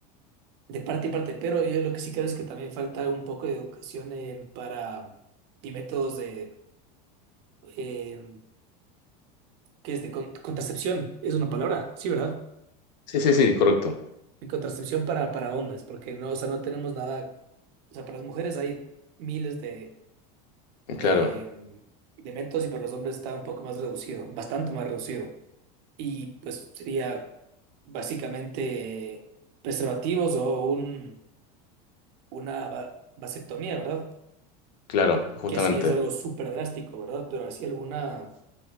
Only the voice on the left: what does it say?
Sí, sí, sí, correcto.
Claro,
claro, justamente.